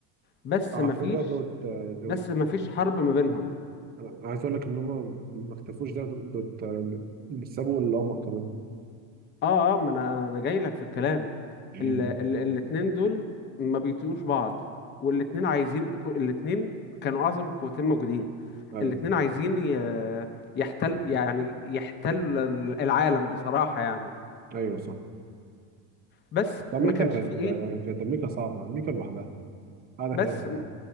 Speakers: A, on the left; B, on the right.
A: بس
B: على
A: مفيش
B: فكره دوت دوت
A: بس مفيش حرب ما بينهم
B: أنا عايز اقول لك ان هم ما اكتفوش ده دوت بيسابوا القمر كمان
A: اه اه ما انا انا جاي لك في الكلام
B: مم.
A: ال... ال... الاتنين دول ما بيطيقوش بعض والاتنين عايزين الاتنين كانوا اعظم قوتين موجودين
B: ايوه
A: الاتنين عايزين ي- يحتل يعني يحتل العالم بصراحة يعني
B: ايوه صح
A: بس
B: طب امريكا
A: ما كانش
B: كانت
A: فيه ايه
B: كانت امريكا صعبه امريكا لوحدها قاعده
A: بس
B: كده لوحدها